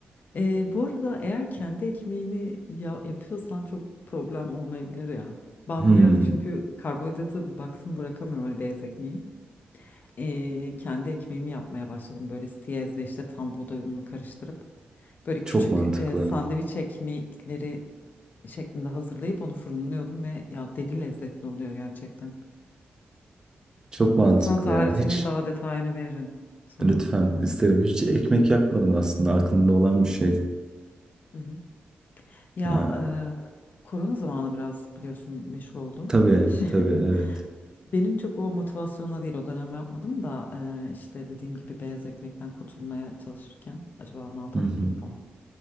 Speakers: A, on the left (about 55°); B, on the right (about 20°).
A: Ee, bu arada eğer kendi ekmeğini ya yapıyorsan çok problem olmayabilir ya. Ben
B: Hmm.
A: bir ara çünkü karbonhidratı baktım bırakamıyorum hani beyaz ekmeği. Ee, kendi ekmeğimi yapmaya başladım böyle siyezle işte tam buğday ununu karıştırıp böyle küçük
B: <laughs> Çok mantıklı.
A: e, sandviç ekmekleri şeklinde hazırlayıp onu fırınlıyordum ve ya deli lezzetli oluyor gerçekten.
B: Çok mantıklı
A: Sana tarifini
B: ya. Hiç
A: daha detayını veririm sonra.
B: Lütfen isterim. Hiç ekmek yapmadım aslında aklımda olan bir şey.
A: Hı hı. Ya
B: Ya,
A: e, korona zamanı biraz biliyorsun meşhur oldu
B: tabii
A: bu iş. <laughs>
B: tabii evet.
A: Benim çok o motivasyonla değil o dönem yapmadım da eee, işte dediğim gibi beyaz ekmekten kurtulmaya çalışırken acaba ne yapabilirim
B: Hı hı,
A: falan